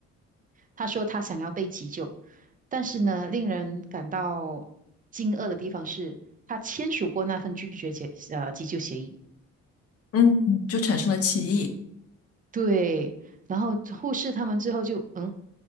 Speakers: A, on the right (about 30°); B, on the left (about 50°).
A: 他说他想要被急救，但是呢，令人感到惊愕的地方是，他签署过那份拒绝解呃急救协议。
B: 嗯，就产生了歧义。
A: 对，然后护士他们之后就嗯